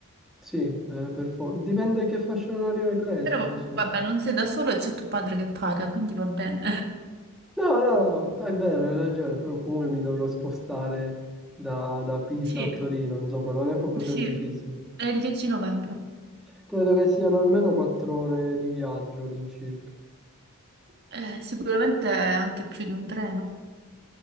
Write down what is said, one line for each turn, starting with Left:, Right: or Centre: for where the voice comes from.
Centre: Sì, eh, per for- Dipende che fascia oraria hai preso,
Right: Però
Centre: tesoro.
Right: vabbè, non sei da solo e c'è tuo padre che paga, quindi va bene.
Centre: No, no, no, è vero, hai ragione, però comunque mi dovrò spostare da, da Pisa
Right: <laughs> Sì,
Centre: a Torino, insomma, non è proprio
Right: sì,
Centre: semplicissimo.
Right: è il 10 novembre.
Centre: Credo che siano almeno quattro ore di viaggio all'incirca.
Right: Eh, sicuramente anche più di un treno.